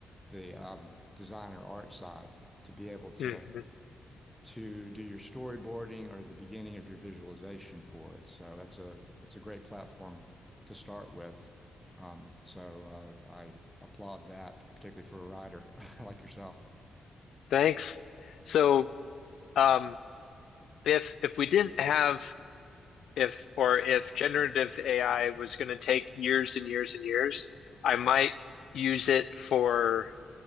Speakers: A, in the centre; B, on the left.
A: the um, design or art side to be able to
B: Mhm.
A: to do your storyboarding or the beginning of your visualization for it. So that's a it's a great platform to start with. Um, so uh, I applaud that, particularly for a writer <laughs> like yourself.
B: Thanks. So, um, if if we didn't have if or if generative AI was going to take years and years and years, I might use it for